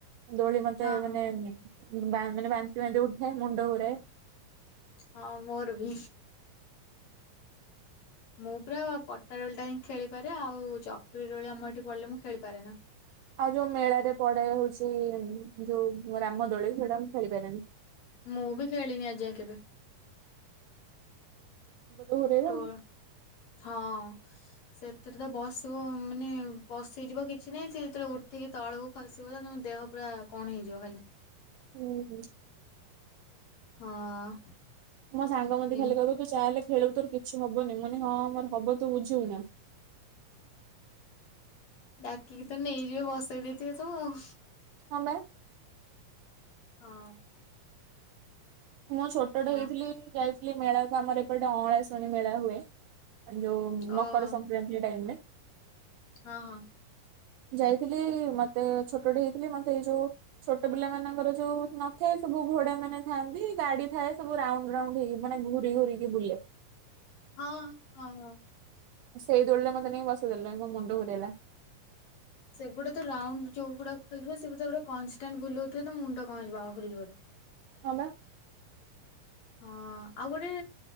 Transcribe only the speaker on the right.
ଦୋଳି ମତେ
ମାନେ
ମାନେ ବାନ୍ତି ବାନ୍ତି ଉଠେ ମୁଣ୍ଡ ଘୁରାଏ।
ଆଉ ଯୋଉ ମେଳାରେ ପଡେ ହଉଛି ଯୋଉ ରାମ ଦୋଳି ସେଟା ମୁଁ ଖେଳି ପାରନି।
ଘରୋଇବ
ଆଉ।
ହୁଁ
ମୋ ସାଙ୍ଗ ମତେ
ଖାଲି କହିବେ ତୁ ଚାହିଁଲେ ଖେଳୁ ତୋ କିଛି ହବନି ମାନେ ହଁ ମୋର ହବ ତୁ ବୁଝିବୁ ନା।
ହଁ ବା।
ମୁଁ ଛୋଟଟେ
ହେଇଥିଲି ଯାଇଥିଲି ମେଳାକୁ ଆମର ଏପଟେ ଅଁଳା ଶୁଣୀ ମେଳା ହୁଏ। ଯୋଉ
ମକର ସଂକ୍ରାନ୍ତି ଟାଇମରେ
ଯାଇଥିଲି ମତେ ଛୋଟଟି ହେଇଥିଲି ମତେ ଏଇ ଯୋଉ ଛୋଟ ପିଲା ମାନଙ୍କର ଯୋଉ ନଥାଏ ସବୁ ଘୋଡା ମାନେ ଥାଆନ୍ତି ଗାଡି ଥାଏ ସବୁ ରାଉଣ୍ଡ ରାଉଣ୍ଡ ହେଇି ମାନେ ଘୁରି ଘୁରିକି ବୁଲେ
ସେଇ ଦୋଳିରେ ମତେ ନେଇକ ବସିଦେଲ ମୁଣ୍ଡ ବୁଲେଇଲା।
ହଁ ପା